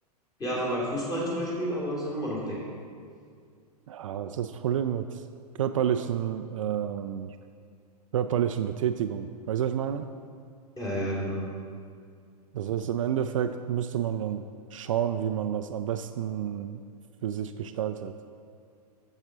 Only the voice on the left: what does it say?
jahrelang Fußball zum Beispiel, aber sind immer noch dick.
Ja, ja, genau.